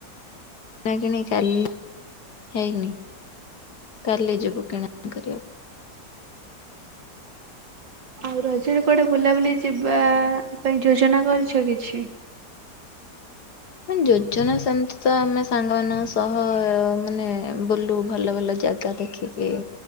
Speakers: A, on the left; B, on the right.
A: ଣା କିଣି କାଲି ହେଇନି କାଲି ଯିବୁ କିଣା କରିଆକୁ।
B: ଆଉ ରଜରେ କୁଆଡେ ବୁଲାବୁଲି ଯିବା ପାଇଁ ଯୋଜନା କରିଛ କିଛି?
A: ଯୋଜନା ସେମ୍ତି ତ ଆମେ ସାଙ୍ଗମାନଙ୍କ ସହ ମାନେ ବୁଲୁ ଭଲ-ଭଲ ଜାଗା ଦେଖି କି